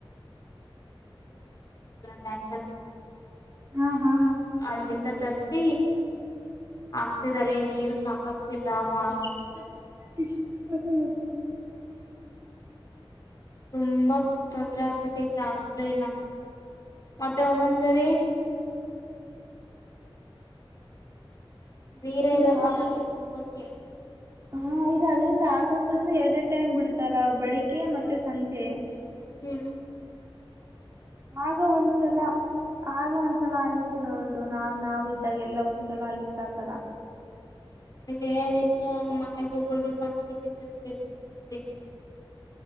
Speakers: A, on the left (about 40°); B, on the right (about 30°).
A: ಟ್ಯಾಂಕ್
B: ಹಾ ಹಾ
A: ಅಧೃಂಧ ತೀರ್ಥ ಹಕ್ತಿಧರೆ ನೀರು ಸಾಕಾಗ್ತಿಲ್ಲ ಅಕ್ಕ
B: <unintelligible>
A: ತುಂಬಾ ತೊಂದರೆ ಅಗ್ಬಿತಿಧೆ ಮತ್ತೆ ಒಂದ್ ಒಂದ್ ಸತ್ ಲಿ ನೀರೆ
B: ಅದರಿಂದ
A: ಇರಲ್ಲ ಎಂಟು ಒಂಬಂತ್ ಗೆ
B: ಹೂ ಯಾರ್ಡ್ ಯಾರ್ಡ್ ಟೈಮ್ ಬಿಡ್ತಾರೆ ಬೆಳಗ್ಗೆ ಮತ್ತೆ ಸಂಜೆ
A: ಹಮ್
B: ನಾವು ಒಡ್ಡಿಸಿಲ್ಲ ಆದ್ರೂ ಒಂದ್ ಸಾಲ ಆಗಿತ್ತು ನೋಡು ನಾ ನಾವ್ ಇದಾಗ ಯಲ್ಲೂ ಒಂದ್ ಸತಿ ಆಗಿತ್ತು ಆ ಥರ
A: ಏನೋ ಮನೆಗ್ ಒಟೋಗ್ಬೇಕ್ ಅನ್ಸ್ಬಿಟಿಧೆ ಇಲ್ಲಿ